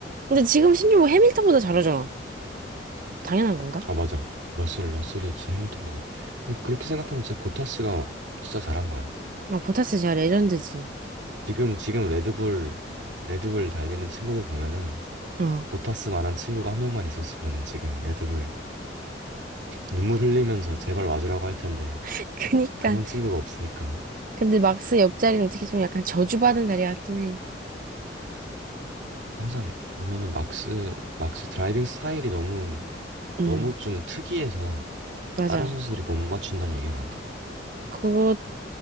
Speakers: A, on the right; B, on the right.
A: 근데 지금 신규 호 해밀턴보다 잘하잖아. 당연한 건가?
B: 아 맞아 러셀 러셀이 진짜 해밀턴보다 근데 그렇게 생각하면 진짜 보타스가 진짜 잘한 거야
A: 어, 보타스 진짜 레전드지.
B: 지금 지금 레드불 레드불 달리는 친구들 보면은
A: 어.
B: 보타스만한 친구가 한 명만 있었으면은 지금 레드불 눈물 흘리면서 제발 와주라고 할 텐데
A: <laughs> 그니까.
B: 그런 친구가 없으니까
A: 근데 막스 옆자리는 어떻게 좀 약간 저주받은 자리 같긴 해.
B: 항상 보면은 막스 막스 드라이빙 스타일이 너무
A: 음,
B: 너무 좀 특이해서
A: 맞아.
B: 다른 선수들이 못 맞춘다는 얘기가 많더라
A: 그것도